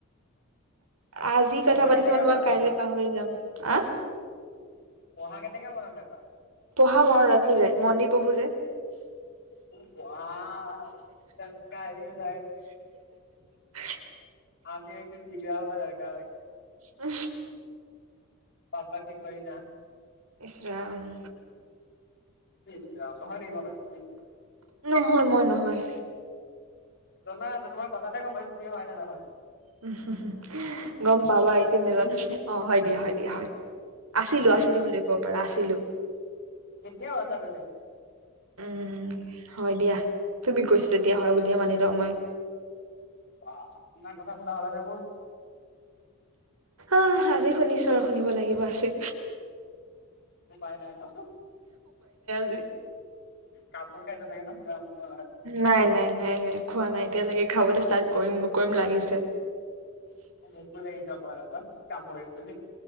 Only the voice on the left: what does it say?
পঢ়া
কেনেকে
মনত
ৰাখা
পঢ়া কেনেকে মনত ৰাখা?
আহ চকা ভাই
আমি যে বিগয়া হোৱা লাৰকা ভাই
পাপা কি পৰি না
ইছ ৰাম <unintelligible>
জনা আছো তোমাৰ কথাতে গম পাইছো তুমি হয় নে নহয়।
হয়
এতিয়াও আছা <unintelligible>
ৱাহ! ইমান কথা শুনা হলানে মোৰ?
উপায় নাই ন' ।
কামোৰ খাই গৈছাগে ন পুৰা মোকো
মোকো লাগিছে অকমান অকমান কামুৰিম বুলি।